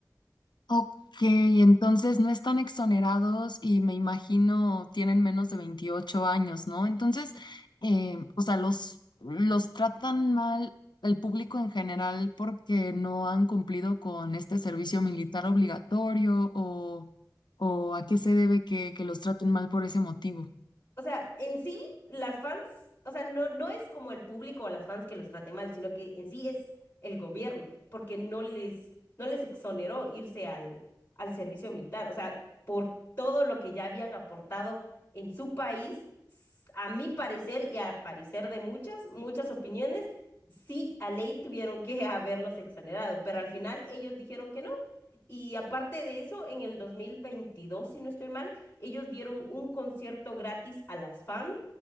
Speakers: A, on the left; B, on the left.
A: Ok, entonces no están exonerados y me imagino tienen menos de 28 años, ¿no? Entonces, eh, o sea, los, los tratan mal el público en general porque no han cumplido con este servicio militar obligatorio o, o a qué se debe que, que los traten mal por ese motivo.
B: O sea, en sí, las fans, o sea, no, no es como el público o las fans que los traten mal, sino que en sí es el gobierno, porque no les, no les exoneró irse al, al servicio militar. O sea, por todo lo que ya habían aportado en su país, s- a mi parecer y a parecer de muchas, muchas opiniones, sí, a ley tuvieron que <laughs> haberlos exonerado, pero al final ellos dijeron que no. Y aparte de eso, en el 2022, si no estoy mal, ellos dieron un concierto gratis a las fans